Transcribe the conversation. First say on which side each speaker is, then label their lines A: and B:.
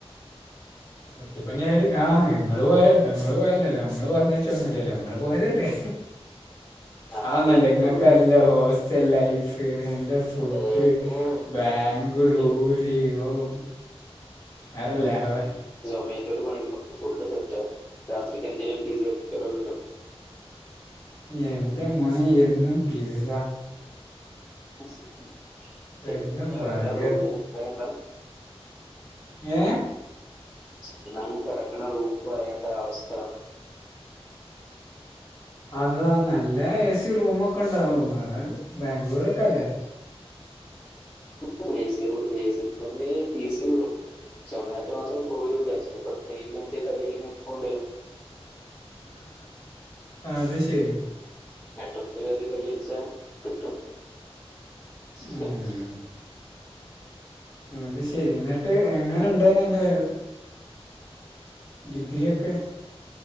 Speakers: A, on the left (about 35°); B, on the left (about 20°).
A: പട്ടിപ്പണിയായാലും ആഹ് ഇങ്ങള് പോയെല്ലേ ഞമ്മള് പോയെല്ലാലോ അമ്മള് പറഞ്ഞയ്ചോന്നെല്ലലോ ഇങ്ങള് പോയതെല്ലേ
B: നമ്മൾ
A: അഒന്നെല്ല
B: എന്തോ
A: ഇങ്ങൾക്ക്ല്ല ഹോസ്റ്റൽ ലൈഫ് നല്ല ഫുഡ്
B: തേങ്ങയാണ്
A: ബാംഗ്ലൂര്
B: ഫുഡ്
A: ഓഹ് വേറെ ലെവല്
B: വൈകിട്ട്വരെ പണി എടക്കു ഫുഡ് സെറ്റ രാത്രിക്ക് എന്തേലു പിജി <unintelligible> കിട്ടും
A: എന്റെ മോനെ എന്നും പിസ്സ
B: <unintelligible>
A: എന്നും
B: ഇന്ന് കിടക്കണ
A: ബർഗർ
B: റൂമും വേണ്ടാ
A: ഏ
B: ചെന്നാ കെടക്കണ റും പറയേണ്ട അവസ്ഥ
A: അതാ നല്ല എ സി റൂമൊക്കെ ഒണ്ടാവും നിങ്ങൾ ബാംഗ്ലൂരക്കെല്ലേ
B: ഉം ഏസി റും ഏസിറൂമേ കീശ കീറും സൊമാറ്റോ മാത്രം പോരുംല്ല ചിലപ്പോ ടെയി മറ്റ കയ്യി അടിക്കാ പോണ്ടി വരും
A: അത് ശരി
B: മെട്രോ കയറി കൈ അടിച്ചാ കിട്ടും ശ
A: ഉം അത് ശരി എന്നിട്ട് എങ്ങനെുണ്ട്ന്നെ നിന്റെ വൈബ് ഡിഗ്രിയൊക്കെ